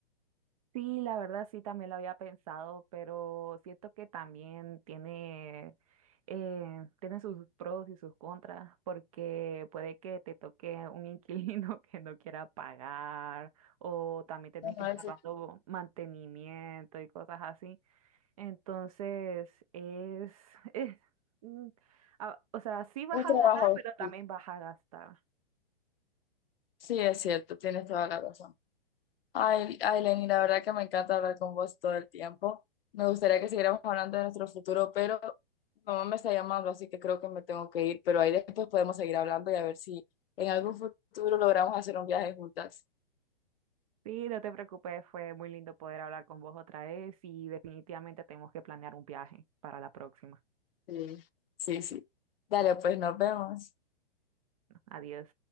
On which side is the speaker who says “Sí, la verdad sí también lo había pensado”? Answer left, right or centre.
Right